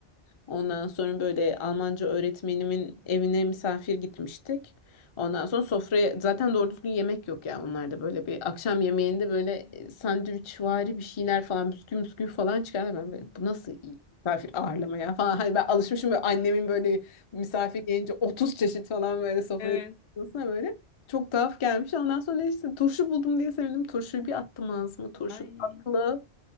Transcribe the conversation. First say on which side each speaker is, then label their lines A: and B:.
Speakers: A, on the left; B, on the left.
A: Ondan sonra böyle Almanca öğretmenimin evine misafir gitmiştik. Ondan sonra sofraya zaten doğru düzgün yemek yok ya onlarda böyle bir akşam yemeğinde böyle e, sandviçvari bir şeyler falan bisküvi bisküvi falan çıkardı. Ben böyle bu nasıl iyi misafir ağırlama ya falan. Hani ben alışmışım böyle annemin böyle misafir gelince 30 çeşit falan böyle sofraya
B: Evet.
A: çıkmasına böyle. Çok tuhaf gelmiş. Ondan sonra neyse turşu buldum diye sevindim. Turşuyu bir attım ağzıma. Turşu
B: Ay.
A: tatlı.
B: <laughs>